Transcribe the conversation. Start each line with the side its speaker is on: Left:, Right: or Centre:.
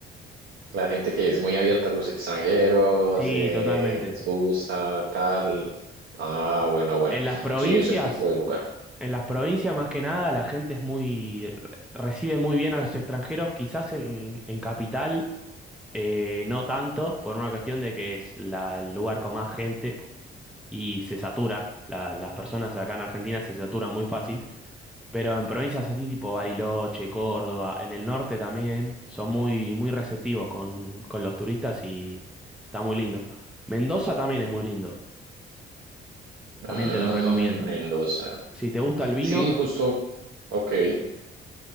Right: La gente que es muy abierta a los extranjeros,
Centre: Sí,
Right: eh,
Centre: totalmente.
Right: les gusta, tal. Ah, bueno, bueno.
Centre: En las provincias,
Right: Sí, es el tipo de lugar.
Centre: en las provincias más que nada, la gente es muy, recibe muy bien a los extranjeros, quizás en, en capital, eh, no tanto, por una cuestión de que es la- el lugar con más gente y se satura, la- las personas acá en Argentina se saturan muy fácil, pero en provincias así tipo Bariloche, Córdoba, en el norte también, son muy, muy receptivos con, con los turistas y está muy lindo. Mendoza también es muy lindo,
Right: Mm,
Centre: también te lo recomiendo.
Right: Mendoza.
Centre: Si te gusta el vino...
Right: Sí, justo. Ok,